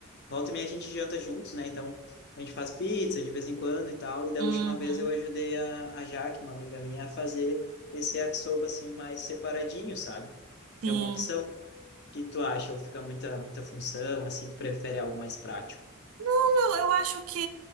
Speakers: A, on the left; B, on the right.
A: Volta e meia a gente janta juntos, né? Então a gente faz pizza de vez em quando e tal. E da
B: uhum,
A: última vez eu ajudei a, a Jaque, uma amiga minha, a fazer esse yakisoba assim mais separadinho, sabe?
B: sim.
A: Que é uma opção. O que tu acha? Ou fica muita, muita função, assim, tu prefere algo mais prático?
B: Eu, eu acho que